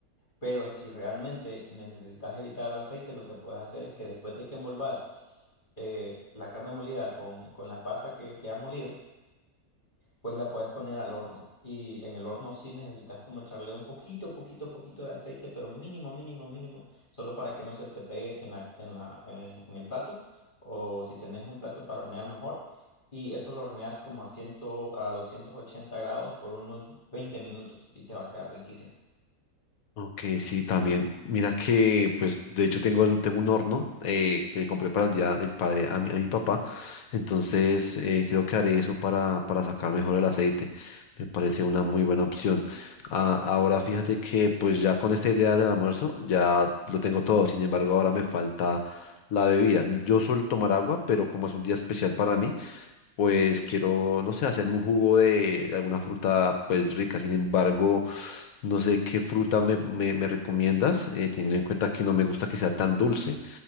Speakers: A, on the left (about 35°); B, on the left (about 70°).
A: Pero si realmente necesitas evitar el aceite, lo que puedes hacer es que después de que envolvas eh, la carne molida con, con la pasta que, que has molido, pues la puedes poner al horno. Y en el horno sí necesitas como echarle un poquito, poquito, poquito de aceite, pero mínimo, mínimo, mínimo, solo para que no se te pegue en la, en la, en, en el plato. O si tenés un plato para hornear mejor. Y eso lo horneas como a 100, a 280 grados por unos 20 minutos y te va a quedar riquísimo.
B: Ok, sí, también. Mira que, pues, de hecho tengo, el- tengo un horno eh, que le compré para el Día del Padre a mi, a mi papá. Entonces, eh, creo que haré eso para, para sacar mejor el aceite. Me parece una muy buena opción. Ah, ahora fíjate que, pues, ya con esta idea del almuerzo, ya lo tengo todo. Sin embargo, ahora me falta la bebida. Yo suelo tomar agua, pero como es un día especial para mí, pues quiero, no sé, hacerme un jugo de, de alguna fruta pues rica. Sin embargo, no sé qué fruta me, me- me recomiendas, eh, teniendo en cuenta que no me gusta que sea tan dulce.